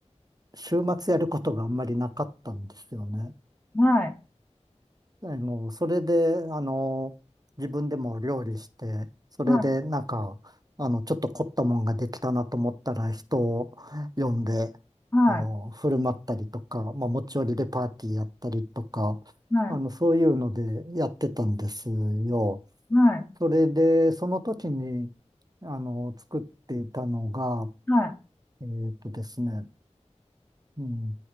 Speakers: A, on the right; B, on the left.
A: 週末やることがあんまりなかったんですよね。
B: はい。
A: あの、それで、あの、自分でも料理して、それで、
B: はい。
A: なんか、あの、ちょっと凝ったもんができたなと思ったら、人を呼んで、
B: はい。
A: あの、振る舞ったりとか、まあ、持ち寄りでパーティーやったりとか、
B: はい。
A: あの、そういうのでやってたんですよ。
B: はい。
A: それで、その時に、あの、作っていたのが、
B: は
A: えっとですね、うん、